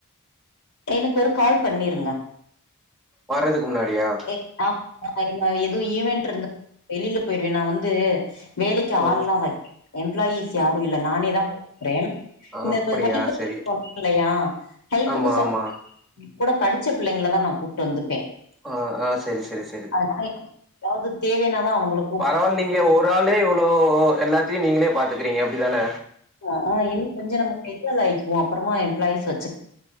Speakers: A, on the left; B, in the centre.
A: எனக்கு ஒரு கால் பண்ணிருங்க
B: வர்றதுக்கு முன்னாடியா
A: எ ஆ என்ன எதுவும் ஈவென்ட் இருந்தா வெளியில போயிருவேன் நா வந்து வேலைக்கு
B: ம்
A: ஆள்ல்லாம் வ எம்ப்ளாயீஸ் யாரும் இல்ல நானே தா க்குறேன் இந்த
B: அப்டியா
A: இப்ப ஹெல்ப்
B: சரி
A: சொன்ன இல்லையா ஹெல்ப்புக்கு
B: ஆமா
A: சொன்
B: ஆமா
A: கூட படிச்ச பிள்ளைங்கள தா நா கூப்ட்டு வந்துப்பேன்
B: ஓ ஆ செரி செரி செ
A: அ தே‌ எதாவ்து தேவைனாதான் அவுங்கள
B: பரவால்ல நீங்க ஒரு ஆளே இவ்வளோ எல்லாத்தையும் நீங்களே பாத்துக்கறீங்க அப்டித்தான
A: ஆ ஆ இன்னும் கொஞ்சம் நம்ம <inaudible> ஆய்க்குவோம் அப்புறமா எம்ப்ளாயிஸ் வச்